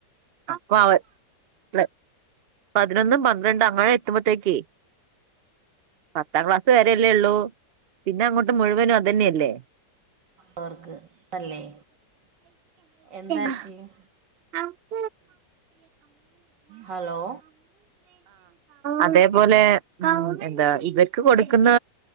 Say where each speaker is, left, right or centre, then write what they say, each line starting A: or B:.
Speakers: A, on the right; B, on the right.
A: അപ്പൊ അവ ള് പതിനൊന്നും പന്ത്രണ്ട് അങ്ങനെത്തുമ്പോത്തേക്ക് പത്താം ക്ലാസ്സ് വരല്ലേ ഉള്ളൂ, പിന്നെ അങ്ങോട്ട് മുഴുവനും ഒന്നെയല്ലേ.
B: അവർക്ക് അല്ലേ എന്താ
A: <inaudible>
B: വിഷയം
A: <inaudible> <inaudible>
B: ഹലോ
A: അതേപോലെ എന്താ ഇവർക്ക് കൊടുക്കുന്ന